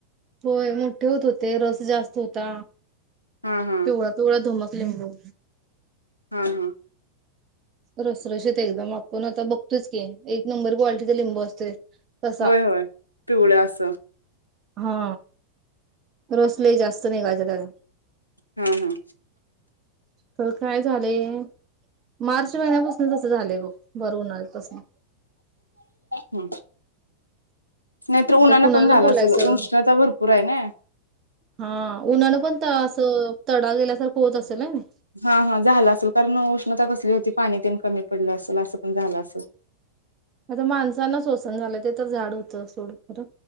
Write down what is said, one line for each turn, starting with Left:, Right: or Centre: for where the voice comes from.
Right: होय मोठे होत होते, रस जास्त होता,
Left: हा हा
Right: पिवळा पिवळा धम्मक लिंबू
Left: हा हा.
Right: रसरशीेत एकदम, आपण आता बघतोयच की, एक नंबर क्वालिटीचा लिंबू असतूय. तसा.
Left: होय होय पिवळं असं
Right: हा, रस लय जास्त निगायचा तजा.
Left: हा हा.
Right: खरं काय झालय, मार्च महिन्यापासनं तसं झालय बघ, भर उन्हाळ्यापासनं
Left: हम्म. नाहीतर
Right: आता
Left: उन्हानं
Right: कुणाला
Left: पण झालं
Right: बोलायचं
Left: असल, उष्णता भरपूर हाय नाई.
Right: हा उन्हानं पण असं, तडा गेल्यासारखं होत असेल ह नाई.
Left: हा हा झालं असल, कारण उष्णता कसली होती, पाणी तेन कमी पडलं असल, असं पण झालं असल.
Right: आता माणसांना सोसना झालय ते तर झाड हुतं सोड खरं,